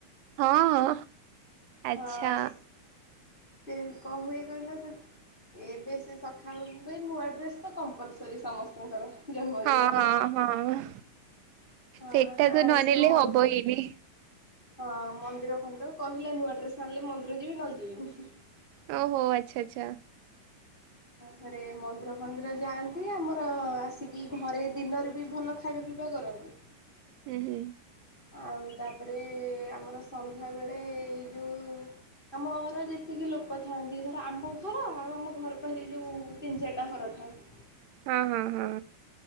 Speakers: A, on the right; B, on the left.
A: ହଁ-ହଁ ଆଛା।
B: ହଁ ସେ କଣ ହୁଏ କହିଲ ସେ, ଏବେ ସେ ସଖାଳୁ ବି ନୂଆ ଡ୍ରେସ୍ ତ କମ୍ପଲସରି ସମସ୍ତଙ୍କର। ଜନ୍ମଦିନରେ।
A: ହଁ- ହଁ- ହଁ।
B: ହଁ
A: ସେଇଟା
B: ଆଉ
A: ତ ନନେଲେ
B: ସେ ମ
A: ହବ ହିନି
B: ହଁ ମନ୍ଦିର ଖନ୍ତ କହିଲା ନୂଆ ଡ୍ରେସ୍ ଆଣିଲେ, ମନ୍ଦିର ଯିବି ନହେଲେ ଯିବିନି।
A: ଓ ହୋ ଆଛା ଆଛା।
B: ଘରେ ମନ୍ଦିର ଫନ୍ଦିର ଯାଆନ୍ତି। ଆମର ଆସିକି ଘରେ ଦିନରେ ବି ଭଲ ଖାଇବା ପିଇବା କରନ୍ତି। <inaudible>
A: ହୁଁ ହୁଁ,
B: ଆଉ ତାପରେ ଆମର ସନ୍ଧ୍ୟାବେେଳେ ଏଇ ଯୋଉଁ ଆମ ଘର ଯେତିକି ଲୋକ ଥାଆନ୍ତି, ଧର ଆମ ଘର ଆଉ ଆମ ଘର ବାହାରି ଯୋଉ ତିନି ଚାରିଟା ଘର ଥାଏ <inaudible>
A: ହଁ ହଁ ହଁ।